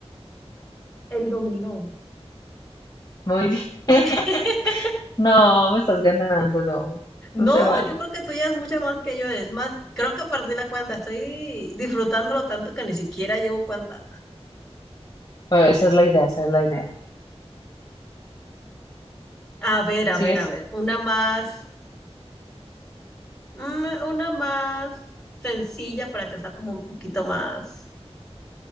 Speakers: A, in the centre; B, on the left (about 35°).
A: El dominó.
B: Muy bien.
A: <laughs>
B: <laughs> No, me estás ganando, no.
A: No,
B: No se vale.
A: yo creo que tú ya es mucho más que yo. Es más, creo que perdí la cuenta. Estoy disfrutándolo tanto que ni siquiera llevo cuenta.
B: Bueno, esa es la idea, esa es la idea.
A: A ver, a
B: ¿Sigues?
A: ver, a ver. Una más, mm, una más sencilla para que sea como un poquito más.